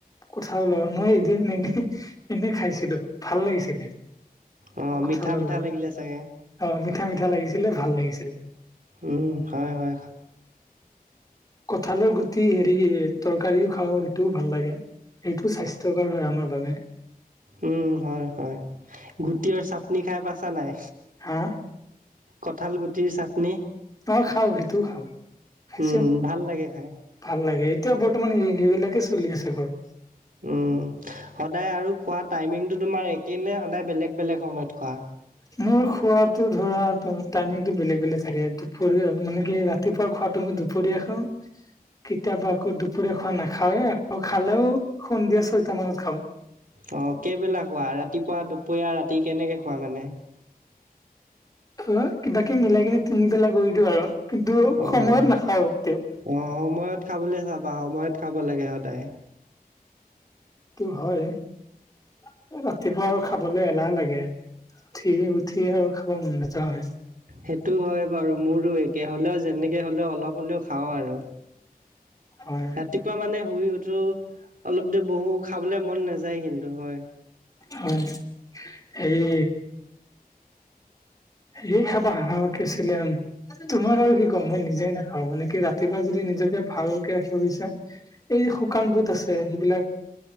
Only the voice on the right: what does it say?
অ
মিঠা মিঠা
লাগিলে চাগে।
উম হয় হয়।
উম হয় হয়, গুটিয়ৰ চাটনি খাই পাইছা নাই?
কঁঠাল গুটিৰ চাটনি?
উম ভাল লাগে খাই।
উম, সদায় আৰু খোৱা টাইমিংটো তোমাৰ একে নে সদায় বেলেগ বেলেগ সময়ত খোৱা!
অ কেইবেলা খোৱা ৰাতিপুৱা দুপৰীয়া ৰাতি কেনেকৈ খোৱা মানে?
অ',
অ সময়ত খাবলৈ চাবা সময়ত খাব লাগে সদায়।
সেইটো হয় বাৰু মোৰো একে হলেও যেনেকে হ'লেও অলপ হ'লেও খাওঁ আৰু।
ৰাতিপুৱা মানে শুই উঠো অলপ দেৰি বহো খাবলৈ মন নাযায় কিন্তু হয়।